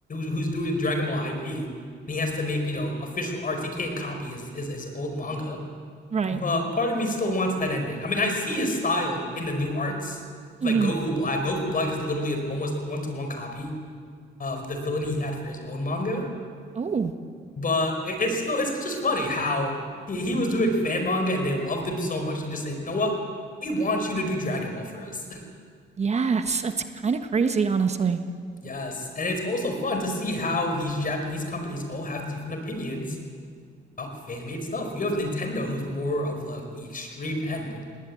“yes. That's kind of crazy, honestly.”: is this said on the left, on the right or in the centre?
Right